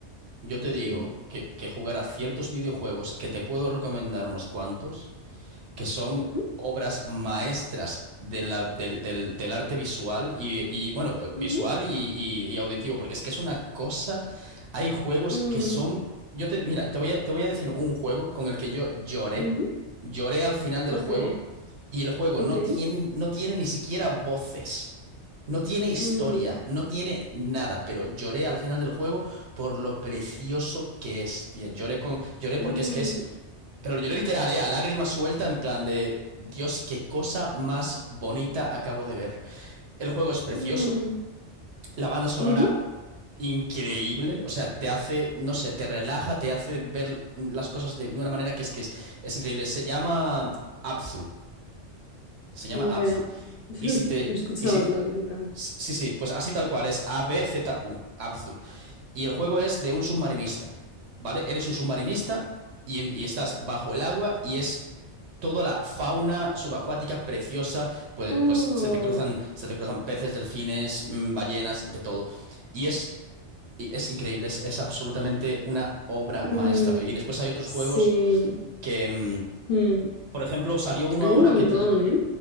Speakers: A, on the right (about 70°); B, on the left (about 60°).
A: yo te digo
B: Ujú,
A: que, que jugar a ciertos videojuegos que te puedo recomendar unos cuantos. que son
B: ujú,
A: obras maestras de la- del, del- del arte visual y, y, bueno,
B: ujú,
A: visual y, y- y auditivo, porque es que es una cosa, hay juegos
B: mm,
A: que son, yo te, mira, te voy a, te voy a decir un juego con el que yo lloré,
B: ujú,
A: lloré al final del
B: Ok,
A: juego y el juego
B: ok.
A: no tiene, no tiene ni siquiera voces. No tiene historia,
B: mm,
A: no tiene nada, pero lloré al final del juego por lo precioso que es, tía. Lloré con, lloré
B: mm,
A: porque es que es pero lo lloré literal, ¿eh? A lágrimas suelta, en plan de. Dios, qué cosa más bonita acabo de ver. El juego es precioso,
B: mm,
A: la banda sonora
B: ujú,
A: increíble, o sea, te hace, no sé, te relaja, te hace ver las cosas de una manera que es que es, es increíble. Se llama Abzu, se llama
B: Ni
A: Abzu.
B: idea. <laughs>
A: Y si te,
B: No he escuchado
A: y si
B: hablar
A: te,
B: nunca.
A: sí, sí, pues así tal cual, es A-B-Z-U, Abzu. Y el juego es de un submarinista, ¿vale? Eres un submarinista y, en- y estás bajo el agua y es toda la fauna subacuática preciosa, pues,
B: Oh,
A: pues se te cruzan, se te cruzan peces, delfines, mm, ballenas, de todo. Y es, y es increíble, es, es absolutamente una obra
B: mm,
A: maestra. Y después hay otros
B: sí.
A: juegos que, mm,
B: mm,
A: por ejemplo, salió uno
B: Hay
A: ahora
B: un montón,
A: que... te lo-
B: ¿eh?